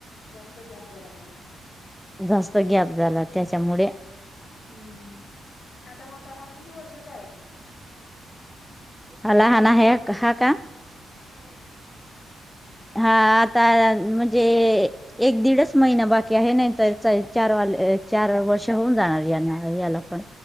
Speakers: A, on the left; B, in the centre.
A: जास्त गॅप झाला मग.
B: जास्त गॅप झाला त्याच्यामुळे.
A: हम्म आता आता हा किती वर्षाचा आहे?
B: अला हणा आहे हा का?
A: हम्म
B: हा आता म्हणजे एक दीडच महिना बाकी आहे ना. तर चार वा चार वर्ष होऊन जाणार याना याला पण.